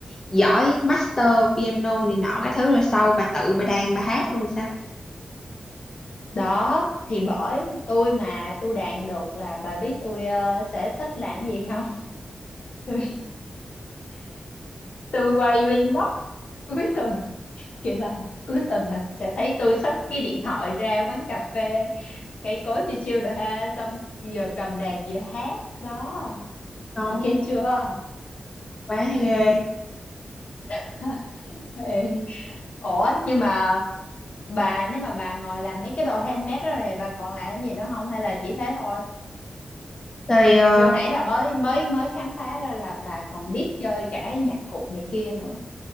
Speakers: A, on the left; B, on the left.
A: giỏi master piano này nọ cái thứ rồi sau bà tự bà đàn bà hát luôn sao.
B: đó thì bởi tôi mà tôi đàn được là bà biết tôi ờ, sẽ thích làm gì không <laughs> tôi tôi quay vlog cuối tuần kiểu là cuối tuần là sẽ thấy tôi xách cái điện thoại ra quán cà phê cây cối chiêu chiêu rồi ha xong vừa cầm đàn vừa hát đó
A: Đó,
B: ok chưa
A: quá ghê.
B: <laughs> Ê, ủa nhưng mà bà nếu mà bà ngồi làm mấy cái đồ handmade đó này bà còn làm cái gì nữa không hay là chỉ thế thôi
A: Thì ờ,
B: như nãy là mới mới mới khám phá ra là bà còn biết chơi cả nhạc cụ này kia nữa